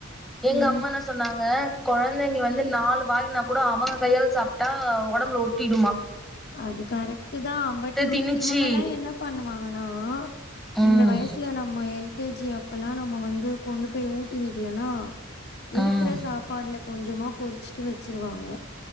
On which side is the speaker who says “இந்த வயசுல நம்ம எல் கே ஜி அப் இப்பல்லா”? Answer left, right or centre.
Left